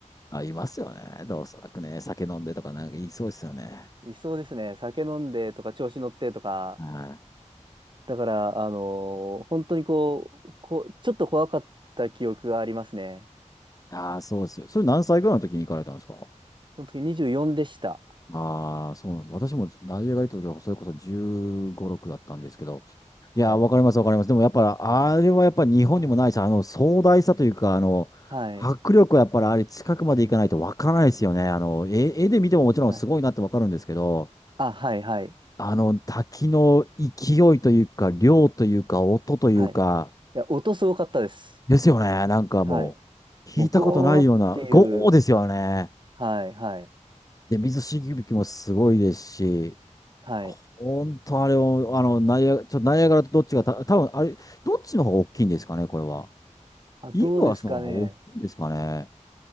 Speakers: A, on the left (about 30°); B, on the right (about 40°).
A: あ、いますよね。でおそらくね、酒飲んでとかなんか言いそうですよね。
B: いそうですね。酒飲んでとか調子乗ってとか、
A: はい。
B: だから、あのー本当にこう、こう、ちょっと怖かった記憶がありますね。
A: ああ、そうですよ。それ何歳ぐらいの時に行かれたんですか
B: その時24でした。
A: ああー、そうなんです。私もナイジェリアが行った時は、それこそ15、6だったんですけど。いやー、
B: はい。
A: わかります、わかります。でもやっぱり、あれはやっぱり日本にもないし、
B: あ
A: あの、壮大さというか、あの、
B: はい。
A: 迫力はやっぱりあれ近くまで行かないとわからないですよね。あの、絵、絵で見てももちろんすごいなってわかるんですけど、
B: はい。あ、はい、はい。
A: あの、滝の勢いというか、量というか、音というか、
B: はい。いや、音すごかったです。
A: ですよね。なんかもう、
B: はい。
A: 聞いたことないような、
B: もう、ゴーっていう。
A: ゴーですよね。
B: はい、はい。
A: で、水しぶきもすごいですし、
B: はい。
A: 本当あれを、あの、ナイア、ちょっとナイアガラとどっちがた、多分あれ、どっちの方が大きいんですかね、これは。
B: あ、
A: イグアスの方が大きいんですかね。
B: どうですかね。